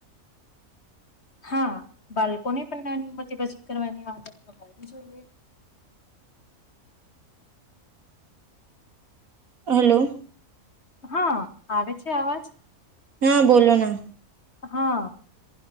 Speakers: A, on the left; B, on the right.
A: હા બાળકો ને પણ નાની ઉમરથી બચત કરવાની આદત લગાવવી જોઈએ.
B: હલ્લો.
A: હા આવે છે અવાજ.
B: હા બોલો ના.
A: હા.